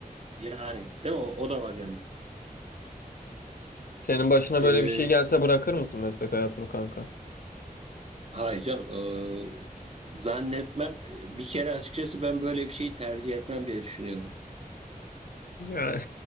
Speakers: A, on the right (about 45°); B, on the left (about 80°).
A: Yani değil mi? O, o da var yani.
B: Senin başına
A: E,
B: böyle bir şey gelse bırakır mısın meslek hayatımı kanka?
A: Hayır canım. eee, zannetmem. Bir kere açıkçası ben böyle bir şeyi tercih etmem diye düşünüyorum.
B: Yani